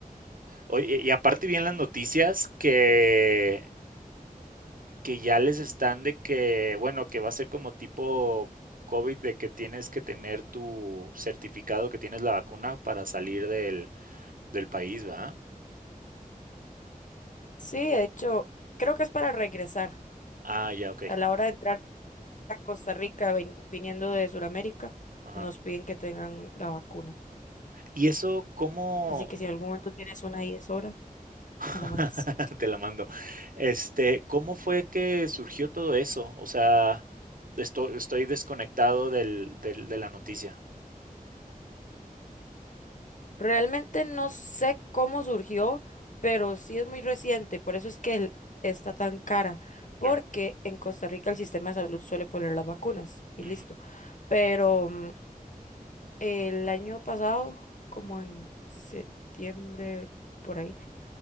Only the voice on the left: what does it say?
Sí, de hecho, creo que es para regresar.
A la hora de entrar a Costa Rica, vin- viniendo de Sudamérica,
nos piden que tengan la vacuna.
Así que si en algún momento tienes una y es hora,
me la mandas.
Realmente no sé cómo surgió, pero sí es muy reciente. Por eso es que el- está tan cara.
Porque en Costa Rica el sistema de salud suele poner las vacunas y
listo. Pero mm, el año pasado, como en septiembre, por ahí.